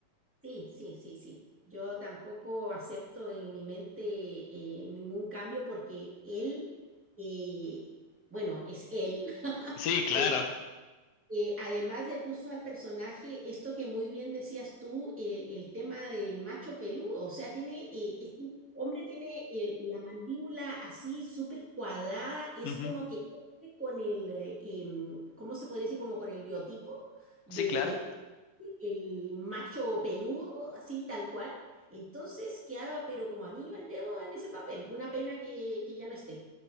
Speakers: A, in the centre; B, on the left (about 80°).
A: sí, sí, sí, sí. Yo tampoco acepto en mi mente eh, ningún cambio porque él, eh, bueno, es él, <laughs>
B: Sí, claro.
A: pero. eh, además le puso al personaje esto que muy bien decías tú, eh, el tema del macho peludo, o sea, tiene, eh, este hombre tiene eh, la mandíbula así súper cuadrada, es
B: Ujú.
A: como que cumple con el, eh, em, ¿cómo se podría decir? Como con el biotipo de
B: Sí, claro.
A: el macho peludo, así tal cual. Entonces quedaba pero como anillo al dedo en ese papel. Una pena que, que ya no esté.